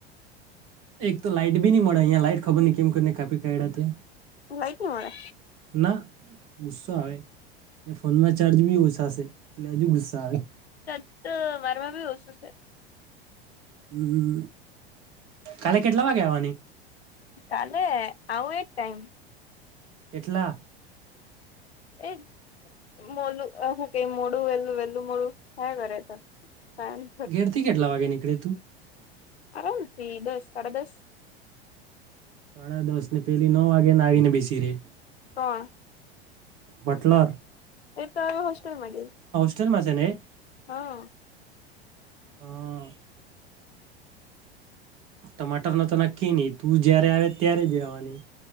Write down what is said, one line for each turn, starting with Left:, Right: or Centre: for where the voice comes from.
Right: એક તો લાઈટ બી નહી મળે અહીયાં લાઈટ ખબર નય કેમને કાપી કાઢડા તે
Left: લાઈટ ની મળે.
Right: ના ગુસ્સો આવે ફોનમાં ચાર્જ બી ઓછાશે એટલે હજુ ગુસ્સા આવે
Left: તત વારવા વી વસુ છે.
Right: હમ કાલે કેટલા વાગે આવાની
Left: તાલે આવું એ ટાઈમ
Right: કેટલા
Left: એક મોલું અ હું કેય મોડું વેલું વેલું મોડું થાય વરે ત થાય ત
Right: ઘેરથી કેટલા વાગે નીકળે તું
Left: આમરા થી દસ સાડા દસ
Right: સાડા દસ ને પેલી નવ વાગ્યાના આવીને બેસી રે
Left: કોણ
Right: બટલર
Left: એતો હવે હોસ્ટેલમાં ગઈ
Right: ચલમાં છેને
Left: હં
Right: હા ટમાટરનો તો નક્કીની તું જયારે આવે ત્યારે જ એ આવાની